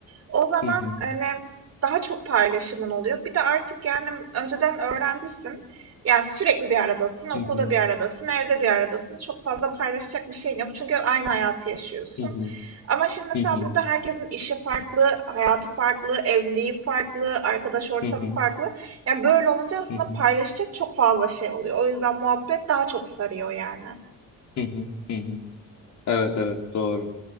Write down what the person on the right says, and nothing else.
o zaman,
hani, daha çok paylaşımın oluyor. Bir de artık, yani, önceden öğrencisin. Yani sürekli bir aradasın, okulda
bir aradasın, evde bir aradasın. Çok fazla paylaşacak bir şeyin yok çünkü aynı hayatı yaşıyorsun.
Ama şimdi mesela
burada herkesin işi farklı, hayatı farklı, evliliği farklı, arkadaş ortamı
farklı. Yani, böyle olunca aslında
paylaşacak çok fazla şey oluyor. O yüzden muhabbet daha çok sarıyor yani.